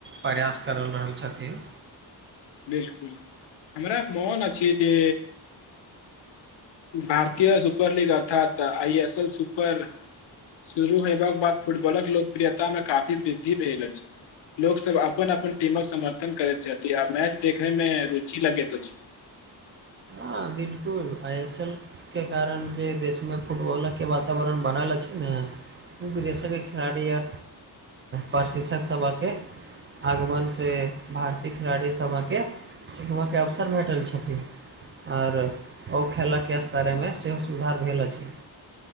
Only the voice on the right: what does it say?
प्रयास करल रहल छथिन
हँ बिल्कुल आइ एस एल के कारण जे देशमे फुटबॉल के वातावरण बनल अछि ने ओ विदेशेके खिलाड़ी आ प्रशिक्षक सभके आगमन से भारतीय खिलाड़ी सभके सिखबय के अवसर भेटल छथिन आर ओ खेलयके स्तरेमे सेहो सुधार भेल अछि